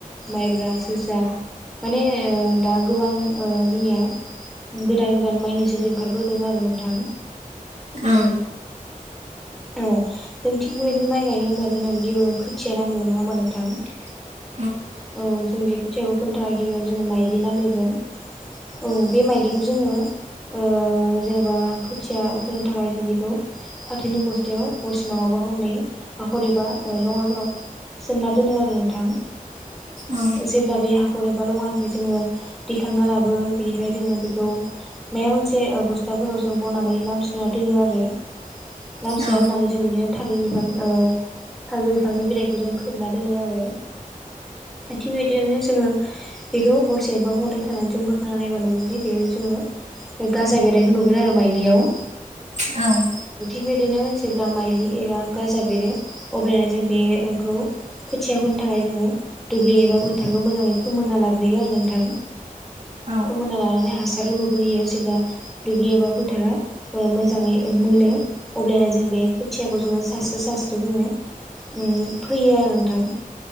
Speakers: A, in the centre; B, on the right.
A: माइब्रा जोसा माने ओ दा गोबां ओ जोंनिया गोदान गोदान माइनि जोलै ओंखारबोदों आरो नोंथां।
B: उम
A: औ जों थिग बेबायदि माइ गायनो होनबा जेनेबा गिबियाव खोथिया नांग्रोगोन नङा होमबा नोंथां?
B: <inaudible>
A: औ जों बे खोथियाखौ फोनो थाखाय गिबियावनो जोंनो माइज्लि नांग्रोगोन। औ बे माइलिखौ जोङो ओ जेनेबा खोथिया फोनो थाखाय जों बेखौ फाथैनि बस्थायाव हरसे नङाबा हरनै हाखर एबा लङाफोराव सोमना दोनो आरो नोंथां
B: औ
A: जेब्ला बे हाखर एब बा लङानिफ्राय जोङो दिखांना लाबो बेनिफ्राय जोङो बेखौ मायबा मोनसे बस्थाफोराव ज' बनानै लामस्रोना दोनो आरो लामस्रोना
B: औ
A: जों बिदिनो थालिर बिफां ओ थालिर बिफांनि बिलाइखौ जों खोबना दोनो आरो। थिग बेबादिनो जोङो बेखौ हरसेक्षबा हरनै खानानै जों बोखांना नायबा नुगोन जे बेयो जोङो गाजा बेरनायखौ नुगोन आरो माइलियाव।
B: औ
A: बेबायदिनो जेब्ला माइलिया गाजा बेरो अब्लानो जों बेखौ खोथिया फोनो थाखाय जोङो दुब्लि एबा फोथारखौ मोजाङै फोमोनना लाग्रोयो आरो नोंथां
B: औ
A: फोमोन्ना लानानै हासा <unintelligible> जेब्ला दुब्लि एबा फोथारा ओ मोजाङै ओ मोनो अब्लानो जों बे खोथियाखौ जोङो सास्रो सास्रो जोङो उम फोयो आरो नोंथां।